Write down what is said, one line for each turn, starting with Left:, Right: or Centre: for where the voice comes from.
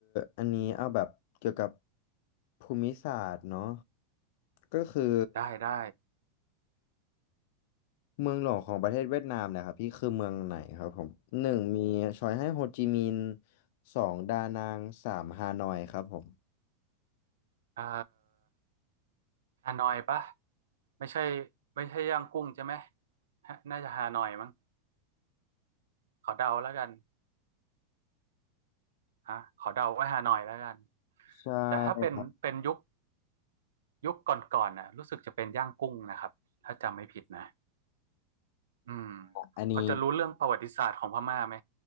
Left: อันนี้เอาแบบเกี่ยวกับภูมิศาสตร์เนาะก็คือ
Right: ได้ได้
Left: เมืองหลวงของประเทศเวียดนามเนะครับพี่คือเมืองไหนครับผมหนึ่งมีชอยให้โฮจิมินห์สองดานังสามฮานอยครับผม
Right: เอ่อ ฮานอยปะไม่ใช่ไม่ใช่ย่างกุ้งใช่ไหมฮะน่าจะฮานอยมั้งขอเดาแล้วกันฮะขอเดาว่าฮานอยแล้วกัน
Left: ใช่
Right: แต่ถ้าเป็นเป็นยุคยุคก่อนๆน่ะรู้สึกจะเป็นย่างกุ้งนะครับถ้าจำไม่ผิดนะอืม
Left: อันนี้
Right: เขาจะรู้เรื่องประวัติศาสตร์ของพม่าไหม